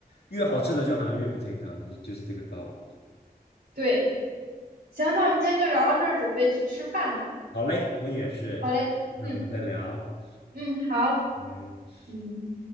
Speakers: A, on the left; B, on the right.
A: 越好吃的就好像越不健康，就是这个道理。
B: 对，行，那我们今天就聊到这儿，准备去吃饭了。
A: 好嘞，我也是，
B: 好嘞，
A: 那我们再聊，
B: 嗯嗯，好，
A: 拜。
B: 嗯。